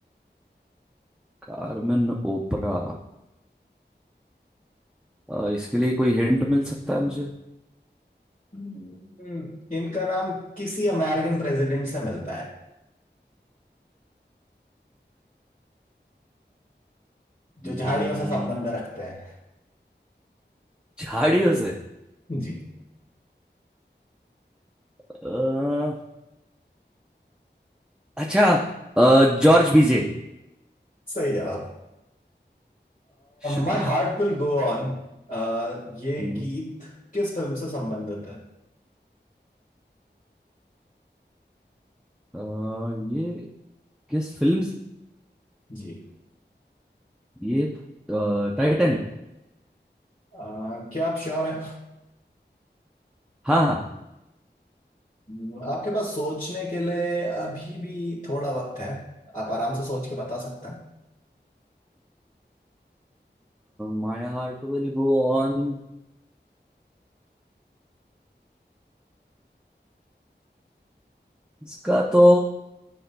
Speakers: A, in the centre; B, on the left.
A: कार्मेन ओपरा अ, इसके लिए कोई हिंट मिल सकता है मुझे
B: हम्म, इनका नाम किसी अमेरिकन प्रेसिडेंट से मिलता है जो
A: हम्म,
B: झाड़ियों से संबंध रखते हैं
A: झाड़ियों से
B: जी
A: अ, अच्छा अ, जॉर्ज बीजे
B: सही जवाब
A: शुक्रिया
B: My heart will go on ये
A: हम्म,
B: गीत किस फिल्म से संबंधित है
A: अ, ये किस फिल्म से-
B: जी
A: ये टाइटैनिक
B: अह, क्या आप श्योर हैं
A: हाँ हाँ
B: हम्म। आपके पास सोचने के लिए अभी भी थोड़ा वक्त है आप आराम से सोच के बता सकते हैं
A: My heart will go on इसका तो